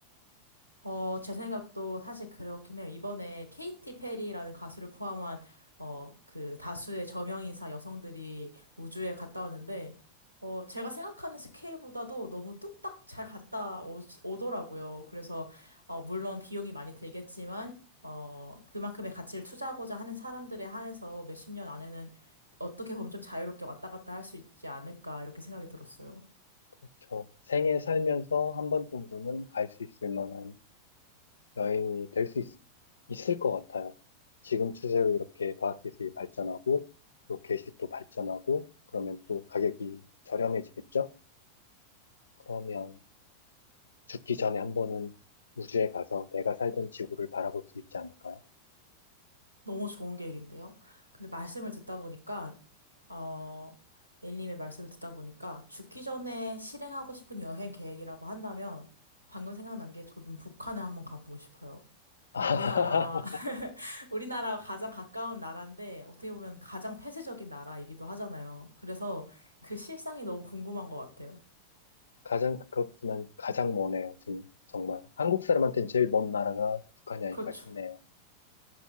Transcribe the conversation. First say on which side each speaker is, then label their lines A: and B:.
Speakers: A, on the right; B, on the left.
A: 어, 제 생각도 사실 그렇긴 해요. 이번에 케이티 페리라는 가수를 포함한, 어, 그 다수의 저명인사 여성들이 우주에 갔다 왔는데, 어, 제가 생각하는 스케일보다도 너무 뚝딱 잘 갔다 오, 오더라고요. 그래서, 어, 물론 비용이 많이 들겠지만, 어, 그만큼의 가치를 투자하고자 하는 사람들에 한해서 몇 십 년 안에는 어떻게 보면 좀 자유롭게 왔다 갔다 할 수 있지 않을까, 이렇게 생각이 들었어요.
B: 그렇죠. 생애 살면서 한 번 정도는 갈 수 있을 만한 여행이 될 수 있을 것 같아요. 지금 추세로 이렇게 과학기술이 발전하고, 로켓이 또 발전하고, 그러면 또 가격이 저렴해지겠죠? 그러면 죽기 전에 한 번은 우주에 가서 내가 살던 지구를 바라볼 수 있지 않을까요?
A: 너무 좋은 계획인데요. 근데 말씀을 듣다 보니까, 어, A님의 말씀을 듣다 보니까, 죽기 전에 실행하고 싶은 여행 계획이라고 한다면, 방금 생각난 게 저는 북한을 한번 가보고 싶어요.
B: <laughs>
A: 우리나라와, <laughs> 우리나라와 가장 가까운 나라인데, 어떻게 보면 가장 폐쇄적인 나라이기도 하잖아요. 그래서 그 실상이 너무 궁금한 것 같아요.
B: 가장 가깝지만 가장 머네요, 지금. 정말. 한국 사람한테는 제일 먼 나라가 북한이 아닐까
A: 그렇죠.
B: 싶네요.